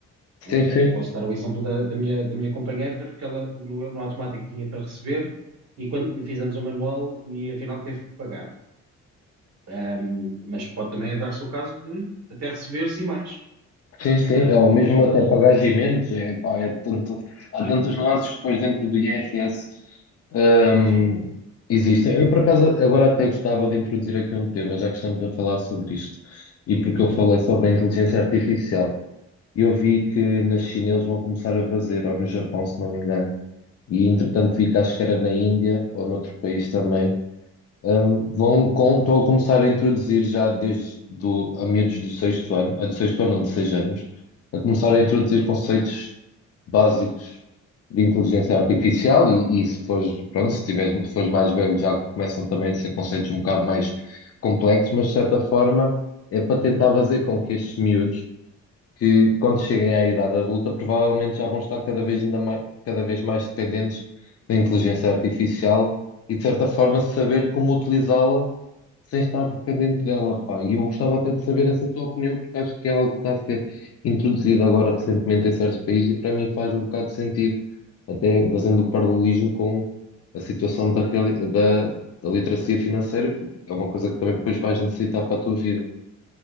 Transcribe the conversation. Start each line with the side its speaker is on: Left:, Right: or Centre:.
Right: Eu
Left: Sim, sim.
Right: posso dar o exemplo da, da minha, da minha companheira, porque ela no, no automático tinha para receber e quando e fizemos o manual e afinal teve que pagar. Ahm, mas pode também dar-se o caso de até receberes e mais.
Left: Sim, sim,
Right: Ahm,
Left: ou mesmo até pagás e menos, é, pá, é tanto, há
Right: sim,
Left: tantos lances depois dentro do IRS hum,
Right: sim.
Left: existem. Eu, por acaso, agora até gostava de introduzir aqui um tema, já que estamos a falar sobre isto, e porque
Right: uhum.
Left: eu falei sobre a inteligência artificial. E eu vi que na China eles vão começar a fazer, ou no Japão, se não me engano. E entretanto vi que acho que era na Índia ou noutro país também. Hum, vão com, estão a começar a introduzir já desde do, a meados do sexto ano, a do sexto ano, não, de seis anos, a começar a introduzir conceitos básicos de inteligência artificial e, e se fores, pronto, se tiveres, se fores mais velho já começam também a ser conceitos um bocado mais complexos, mas de certa forma é para tentar fazer com que estes miúdos que quando cheguem à idade adulta provavelmente já vão estar cada vez ainda mais, cada vez mais dependentes da inteligência artificial e de certa forma saber como utilizá-la sem estar dependente dela, pá. E eu gostava até de saber essa tua opinião porque acho que é algo que está a ser introduzido agora recentemente em certos países e para mim faz um bocado de sentido, até fazendo o paralelismo com a situação da, reali- da, da literacia financeira, porque é uma coisa que também depois vais necessitar para a tua vida.